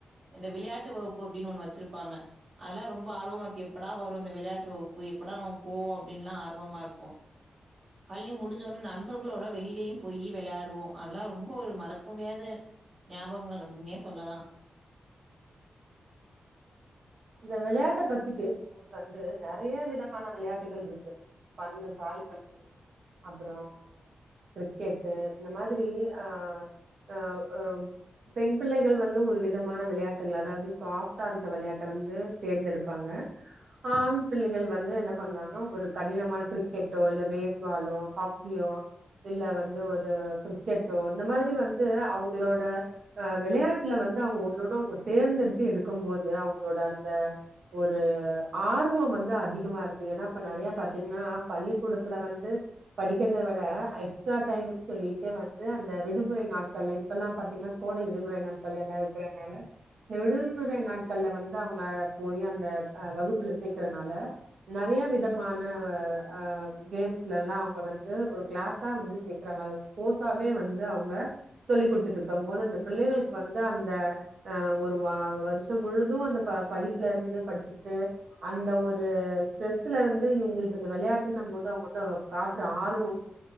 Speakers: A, on the right; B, on the right.
A: இந்த விளையாட்டு வகுப்பு அப்டின் ஒன்னு வெச்சிருப்பாங்க அதல்லா ரொம்ப ஆர்வமாருக்கு எப்படா வரு அந்த விளையாட்டு வகு ப்பு எப்படா நம்ம போவோ அப்டின்லா ஆர்வமார்ப்போ பள்ளி முடிஞ்சொன்ன நண்பர்களோட வெளிலயும் போயி வெளையாடுவோ அதல்லா ரொம்ப ஒரு மறக்க முடியாத ஞாபகங்கள் அப்டின்னே சொல்லலா
B: இந்த வெளையாட்ட பத்தி பேசும்போது வந்து நறைய விதமான விளையாட்டுகள்ருக்கு பந்து கால்பந்து அப்புறோ கிரிக்கெட்டு இந்த மாதிரி அ அவ் அம் பெண் பிள்ளைகள் வந்து ஒரு விதமான விளையாட்டுகள் அதாவ்து சாஃப்டாருக்க வெளையா ட்ட வந்து தேர்ந்தெடுப்பாங்க ஆண் பிள்ளைகள் வந்து என்ன பண்ணுவாங்கனா ஒரு கடினமான கிரிக்கெ ட்டோ இல்ல பேஸ் பாலோ ஹாக்கியோ இல்ல வந்து ஒரு கிரிக்கெட்டோ இந்த மாதிரி வந்து அவுங்களோட அ வெளையாட்ல வ ந்து அவுங்க ஒன்னொன்னு அவுங்க தேர்ந்தெடுத்து எடுக்கும் போது அவு களோட அந்த ஒரு ஆர்வோ வந்து அதிகமாருக்கு ஏனா இப்ப நறையா பாத்திங்ன்னா பள்ளிக்கூடத்துல வந்து படிக்கறத வட எக்ஸ்ட்ரா டைம்ன் சொல்லிட்டு வந்து அந்த விடுமுறை நாட்கள்ல இப்பெல்லாம் பாத்திங்ன்னா கோடை விடுமுறை நாட்கள் எல்லா இருக்கறனால இந்த விடுமுறை நாட்கள்ல வ ந்து அவுங்க போயி அந்த அ வகுப்புல சேக்கறனால நறையா விதமான வ அ கேம்ஸ்லெல்லா அவுங்க வந்து ஒரு கிளாஸா வந்து சேக்றா அத ஒரு கோர்ஸாவே வந்து அவுங்க சொல்லி குடுத்துட்ருக்கம் போது அந்த பிள்ளைகளுக்கு வந்து அந்த அ அ ஒரு வா வருஷ முழுது அந்த ப படிப்புல இருந்து படிச்சுக்ட்டு அந்த ஒரு ஸ்ட்ரெஸ்ல இருந்து இவுங்குளுக்கு இந்த வெளையாட்ட ந போது அவுங்க வந்து அத காட்ற ஆர்வமு